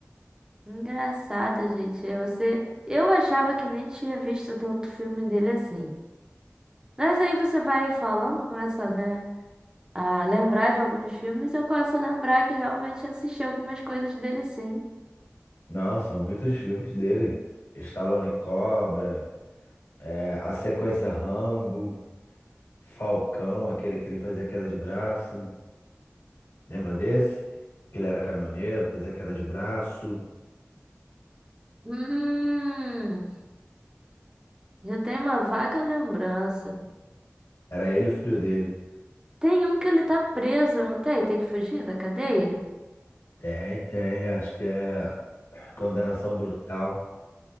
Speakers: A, on the right (about 15°); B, on the left (about 70°).
A: Engraçado, gente. Você... Eu achava que nem tinha visto tanto filme dele assim. Mas aí você vai falando, começa, né, a lembrar de alguns filmes, e eu começo a lembrar que realmente assisti algumas coisas dele sim.
B: Não, são muitos filmes dele. Stallone Cobra, é, a sequência Rambo, Falcão, aquele que ele fazia queda de braço. Lembra desse? Que ele era caminhoneiro, fazia queda de braço.
A: Hum, já tem uma vaga lembrança.
B: Era ele e o filho dele.
A: Tem um que ele tá preso, não tem? Tem que fugir da cadeia?
B: Tem, tem, acho que é Condenação Brutal.